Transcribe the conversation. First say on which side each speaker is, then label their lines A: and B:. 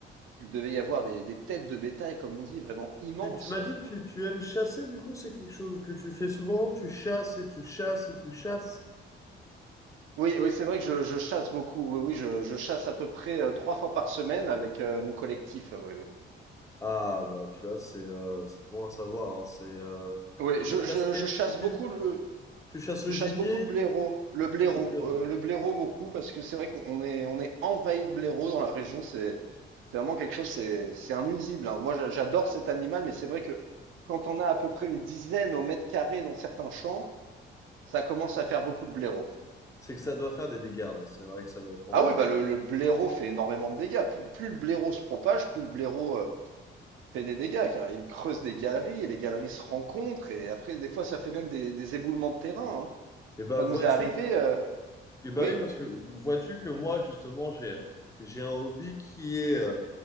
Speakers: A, on the right; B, on the left.
A: Donc il devait y avoir des, des têtes de bétail, comme on dit, vraiment immenses.
B: Tu, tu m'as dit que tu, tu aimes chasser, du coup, c'est quelque chose que tu fais souvent. Tu chasses et tu chasses et tu chasses.
A: Oui, oui, c'est vrai que je, je chasse beaucoup. Oui, oui, je, je chasse à peu près euh, trois fois par semaine avec euh, mon collectif. Oui, oui.
B: Ah, bah, tu vois, c'est euh, c'est bon à savoir. hein, c'est, euh,
A: Oui,
B: Et
A: je,
B: tu chasses
A: je,
B: quel
A: je chasse
B: type tu,
A: beaucoup. le-
B: tu chasses
A: Je
B: le
A: chasse
B: gibier?
A: beaucoup le blaireau, le blaireau,
B: Le blaireau.
A: euh, le blaireau beaucoup parce que c'est vrai qu'on est on est envahi de blaireaux dans la région. C'est c'est vraiment quelque chose. C'est c'est un nuisible. hein. Moi, j'a- j'adore cet animal, mais c'est vrai que quand on a à peu près une dizaine au mètre carré dans certains champs, ça commence à faire beaucoup de blaireaux.
B: C'est que ça doit faire des dégâts. hein, C'est vrai que ça doit être embêtant.
A: Ah oui, bah le, le blaireau fait énormément de dégâts. Plus, plus le blaireau se propage, plus le blaireau euh, fait des dégâts, car il creuse des galeries et les galeries se rencontrent et après des fois ça fait même des, des éboulements de terrain. hein.
B: Et bah,
A: Ça
B: vois-tu?
A: nous est arrivé. euh,
B: Et bah
A: Oui.
B: oui, parce que vois-tu que moi, justement, j'ai, j'ai un hobby qui est. euh,